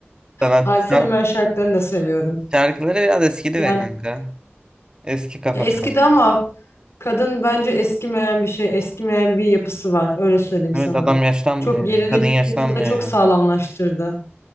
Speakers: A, on the right; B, on the left.
A: <laughs> Sanatta
B: Hadise'nin ben şarkılarını da seviyorum.
A: şarkıları biraz eskidi
B: Yani
A: be kanka. Eski kafa
B: ya eskidi
A: kanka.
B: ama kadın bence eskimeyen bir şey, eskimeyen bir yapısı var. Öyle söyleyeyim sana.
A: Evet adam yaşlanmıyor
B: Çok yerini
A: yani. Kadın yaşlanmıyor
B: piyasada çok
A: yani.
B: sağlamlaştırdı.